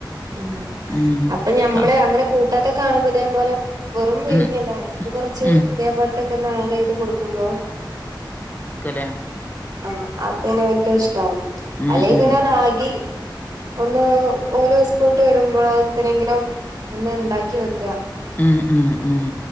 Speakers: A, on the right; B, on the left.
A: ഉം
B: ഉം
A: അപ്പൊ ഞമ്മള്
B: ക
A: അങ്ങനെ കൂട്ടാത്തെ കാണുമ്പോതേപോലെ വെറും വിഴുങ്ങല്ല
B: ഉം
A: അതിക്ക് കൊർച്ച്
B: ഉം
A: തേപോൽത്തൊക്കൊന്ന ആഡ് ചെയ്തു കൊടുക്കുമ്പോ
B: ലേം
A: ആഹ് അപ്പനി ഓൽക്കഇ ഷ്ട്ടാവും
B: ഉം
A: അല്ലെ
B: ഉം
A: പിന്നെ റാഗി ഒന്ന് ഓര് സ്കൂൾട്ട് വരുമ്പളോൾത്തിനെങ്കിലും ഒന്ന് ണ്ടാക്കി വെക്ക.
B: ഉം ഉം ഉം